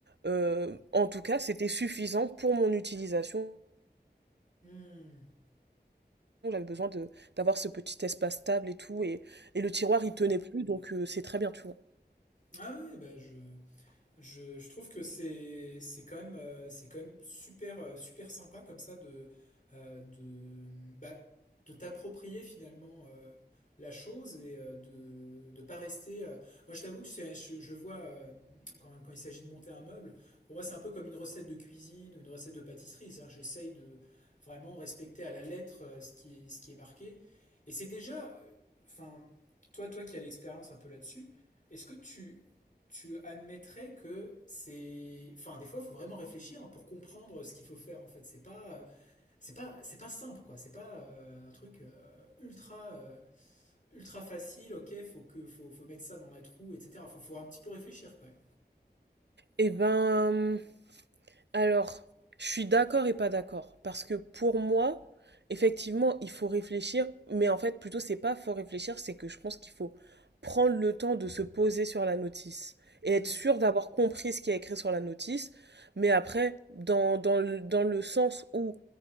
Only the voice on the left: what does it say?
Hmm.
Ah ouais, ben je, Je, je trouve que c'est c'est quand même, euh, c'est quand même super, euh, super sympa comme ça de, euh, de, bah, de t'approprier finalement euh, la chose et euh, de ne pas rester. euh, Moi, je t'avoue que c'est- je, je le vois euh, quand, quand il s'agit de monter un meuble. Pour moi, c'est un peu comme une recette de cuisine ou une recette de pâtisserie. C'est-à-dire que j'essaye de vraiment respecter à la lettre euh, ce qui est, ce qui est marqué. Et c'est déjà, enfin, toi, toi qui as l'expérience un peu là-dessus, est-ce que tu, tu admettrais que c'est. Enfin, des fois, il faut vraiment réfléchir pour comprendre ce qu'il faut faire. En fait, c'est pas. C'est pas, c'est pas simple, quoi. C'est pas euh, un truc euh, ultra, euh, ultra facile. Ok, faut que, faut, faut mettre ça dans la troue, etc. Faut, faut un petit peu réfléchir, quand même.
Hmm.